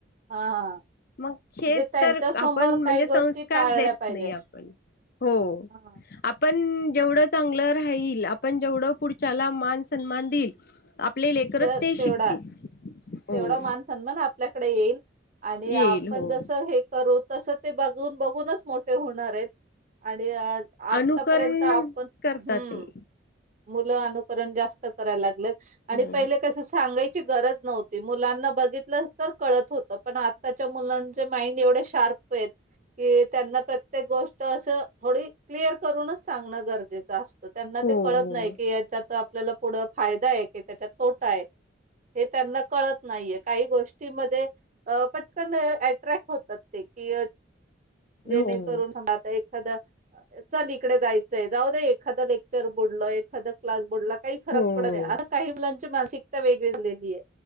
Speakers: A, on the right; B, on the left.
A: हा
B: मग हेच
A: म्हणजे त्यांच्या
B: तर
A: समोर
B: आपण म्हणजे
A: काही गोष्टी
B: संस्कार
A: टाळल्या
B: देत
A: पाहिजे.
B: नाही आपण. हो
A: हा.
B: आपण जेवढं चांगलं राहील, आपण जेवढं पुढच्याला मान सन्मान देईल आपली लेकर
A: तर
B: ते शिकतील.
A: तेवढा
B: हो
A: तेवढा मान सन्मान आपल्याकडे येईल आणि
B: येईल
A: आपण
B: हो
A: जस हे करू तस ते बघून बघूनच मोठे होणार आहेत आणि अ आत्तापर्यंत
B: अनुकरण
A: आपण
B: करतात
A: हम्म.
B: ते.
A: मुलं अनुकरण जास्त करायला लागलेत आणि
B: हो
A: पहिले कस सांगायची गरज नव्ह त्यांना बघितल तर कळत होत पण आत्ताच्या मुलांचे माइंड एवढे शार्प आहेत कि त्यांना प्रत्येक गोष्ट असं थोडी क्लिअर करूनच सांगणं गरजेचं असत. तर त्यांना
B: हो
A: ते कळत नाही की याच्यात आपल्याला पुढं फायदा आहे की त्याच्यात तोटा आहे हे त्यांना कळत नाहीये. काही गोष्टी मध्ये अ पटकन अट्रॅक्ट होतात ते की अ जेणेकरून
B: हो हो.
A: <unintelligible> एक एखादा चल इकडे जायचंय जाऊ दे एखादं लेक्चर बुडलं, एखादा क्लास बुडला काही फरक
B: हो
A: पडत नाही आता काही मुलांची मानसिकता वेगळी झालेली आहे